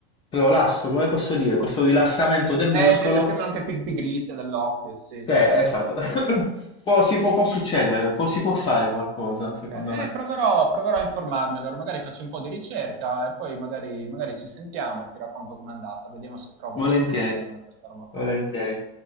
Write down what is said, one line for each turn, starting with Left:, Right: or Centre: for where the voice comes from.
Left: prolasso, come posso dire, questo rilassamento del
Right: Eh,
Left: muscolo.
Right: beh, la chiamano anche pi pigrizia dell'occhio, sì,
Left: Sì,
Right: sì,
Left: esatto.
Right: sì, sì,
Left: <laughs> Perché?
Right: sì.
Left: Può- si può, può succedere, può- si può fare qualcosa, secondo
Right: Okay.
Left: me.
Right: Eh, eh, proverò proverò a informarmi allora, magari faccio un po' di ricerca e poi magari magari ci sentiamo e ti racconto com'è andata, vediamo se trovo
Left: Volentieri,
Right: una soluzione per 'sta roba qua.
Left: volentieri.